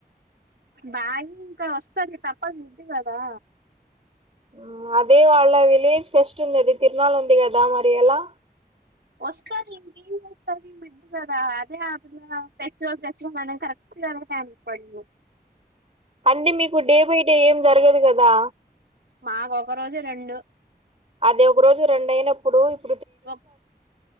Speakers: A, on the right; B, on the right.
A: భాగి ఇంకా వస్తది తప్పదు మిడ్ గదా.
B: హుమ్ అదే వాళ్ళ విలేజ్ ఫెస్ట్ ఉండిద్ది తిర్నాల ఉంది గదా మరి ఎలా?
A: వస్కార్లే ఇంకేం చేస్ కాదు ఈ మధ్య తెగా హ్యాపీ హ్యాపీ గా ఫెస్టివల్ ఫెస్టివల్ అనేది కరెక్ట్ గా అదే టైమ్ కి పడింది.
B: అండి మీకు డే బై డే ఏం జరగదు గదా
A: మాకు ఒక రోజే రెండు
B: అదే ఒక రోజు రెండు అయినప్పుడు ఇప్
A: ఒక్